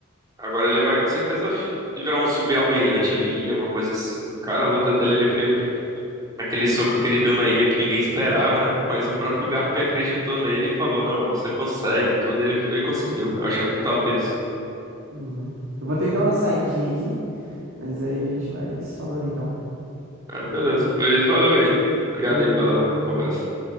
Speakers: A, on the right; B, on the right.
A: Agora ele vai com certeza f- virar um subalmirante ali, alguma coisa assim. Cara, a luta dele ali foi aquele soco que ele deu na ilha que ninguém esperava, né? Mas o próprio Garp acreditou nele e falou: Não, você consegue tudo. Ele foi e conseguiu. Eu achei muito top isso.
B: Uhum. Eu vou ter que dar uma saidinha aqui, mas aí a gente vai se falando então.
A: É, beleza, pois valeu aí. Obrigado
B: Falou!
A: aí pela conversa.